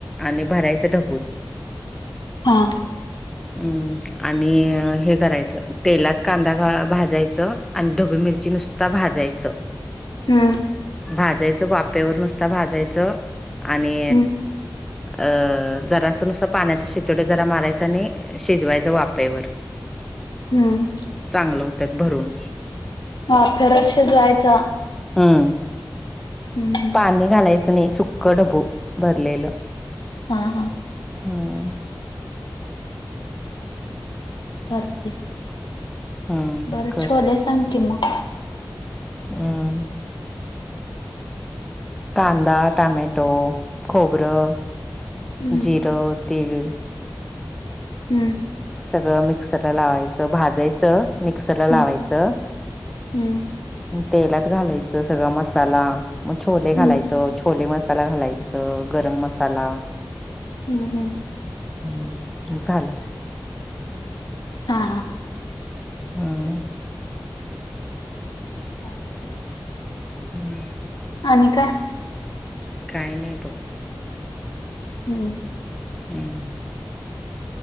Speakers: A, in the centre; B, on the left.
A: आणि भरायचा डब्यात.
B: हा. ह.
A: हम आणि हे करायचं तेलात कांदा भाजायचं आणि ढोबी मिरची नुसत. नुसता भाजायचं.
B: हम्म.
A: भाजायचं वाफेवर नुसता भाजायचं आणि
B: हम्म
A: अ जरासं नुसतं पाण्याचे शिंतोडे जरा मारायचा आणि शिजवायच्या वाफेवर.
B: हम्म.
A: चांगलं होत्यात भरून.
B: वाफेवरच शिजवायचा.
A: हम
B: हम्म हम्म
A: पाणी घालायचं नई सुक्कं ढबू भरलेलं.
B: हा हा
A: हम्म
B: करते.
A: हम्म
B: बरं
A: कर
B: छोले सांग की मग.
A: हम् कांदा टमॅटो खोबरं
B: हम्म
A: जिरं तीळ.
B: हम्म.
A: सगळं मिक्सरला लावायचं, भाजायचं, मिक्सरला लावायचं.
B: हम्म हम्म.
A: तेलात घालायचं सगळा मसाला म छोले घालायचं
B: हम्म
A: छोले मसाला घालायचं गरम मसाला
B: हम् हम्.
A: हम्म झालं.
B: आ हा.
A: हम.
B: चालतंय.
A: हम्म.
B: आणि काय?
A: काय नाय बघ.
B: हम्म.
A: हम्.